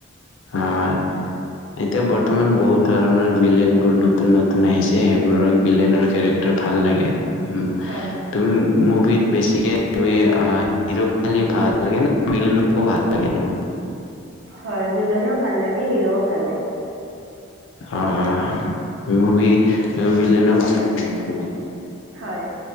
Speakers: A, on the left; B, on the right.
A: হয়, এতিয়া বৰ্তমান বহুত ধৰণৰ ভিলেইন বোৰ নতুন নতুন আহিছে, সেইবোৰৰ ভিলেইনৰ কেৰেক্টাৰ ভাল লাগে। উম,
B: হয়
A: তুমি মোক বেছিকে হি'ৰক ভাল লাগে নে ভিলেইনক ভিল লাগে তমাক?
B: হয় ভিলনও ভাল লাগে হিৰ'ও ভাল লাগে।
A: অ' মুভি ভিলেইনোও ভাল লাগে মানে তোমাৰ,
B: হয়।